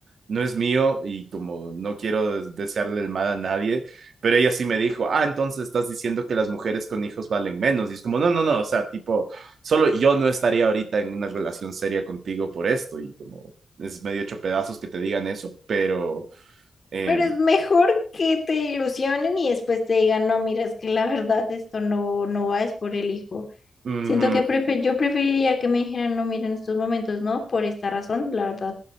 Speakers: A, on the right (about 65°); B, on the left (about 35°).
A: no es mío y como no quiero des- desearle el mal a nadie, pero ella sí me dijo, ah, entonces estás diciendo que las mujeres con hijos valen menos, y es como, no, no, no, o sea, tipo, solo yo no estaría ahorita en una relación seria contigo por esto, y como es medio hecho pedazos que te digan eso, pero... Eh,
B: Pero es mejor que te ilusionen y después te digan, no, mira, es que la <laughs> verdad esto no, no va, es por el hijo.
A: ujú.
B: Siento que prefe- yo preferiría que me dijeran, no, mira, en estos momentos no, por esta razón, la verdad.